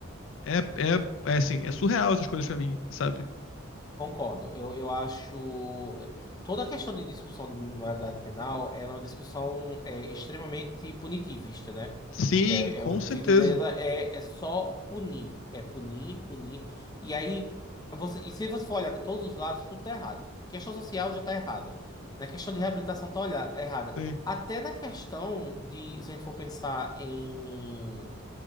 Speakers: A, on the left; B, on the left.
A: É, é, é assim, é surreal essas coisas pra mim, sabe?
B: Concordo. Eu, eu acho. eh, Toda a questão de discussão de maioridade penal ela é uma discussão é, extremamente punitivista, né?
A: Sim,
B: É,
A: com
B: é, o
A: certeza.
B: pedido dela é, é só punir. É punir, punir. E aí, você, e se você for olhar de todos os lados, tudo tá errado. Questão social já tá errada. Na questão de reabilitação tá olha- errada.
A: Sim,
B: Até na questão de, se a gente for pensar em